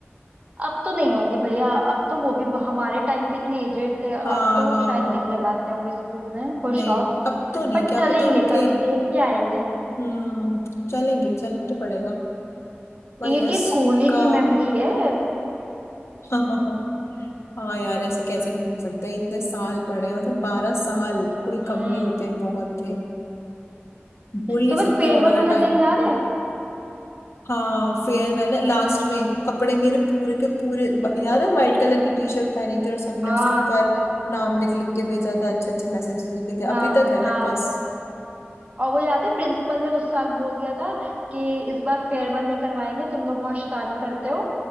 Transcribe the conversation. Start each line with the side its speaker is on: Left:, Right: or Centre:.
Right: अब तो नहीं होंगे भैया अब तो वो भी ब- हमारे टाइम पे इतने एजेड थे अब
Left: हाँ
Right: तो
Left: हाँ
Right: शायद
Left: हाँ
Right: नहीं लगाते होंगे स्कूल में वो
Left: नहीं
Right: शॉप
Left: अब तो नहीं
Right: पर
Left: क्या
Right: चलेंगे
Left: पता उनके
Right: कभी देख के आएंगे
Left: हम्म चलेंगे चलना तो पड़ेगा भाई
Right: एक
Left: यार
Right: एक
Left: स्कूल
Right: कोने
Left: का
Right: की मेमोरी है
Left: <laughs> हाँ यार ऐसे कैसे भूल सकते हैं इतने साल पढ़े हैं मतलब बारह साल कोई
Right: हम्म
Left: कम नहीं होते बहुत थे भूल नहीं
Right: तुम्हें
Left: सकते
Right: फेयरवेल
Left: वो वाला
Right: वाला
Left: टाइम
Right: दिन याद है
Left: हाँ फेयरवेल है लास्ट में कपड़े मेरे पूरे के पूरे याद है वाइट कलर की टी शर्ट पहनी थी और सबने
Right: हाँ
Left: उसके ऊपर नाम लिख लिख के भेजा था अच्छे अच्छे मैसेजेस लिखे थे
Right: नाम
Left: अभी तक है
Right: हाँ
Left: मेरे पास
Right: और वो याद है प्रिंसिपल ने उस साल बोल दिया था कि इस बार फेयरवेल नहीं करवाएंगे तुम लोग बहुत शैतानी करते हो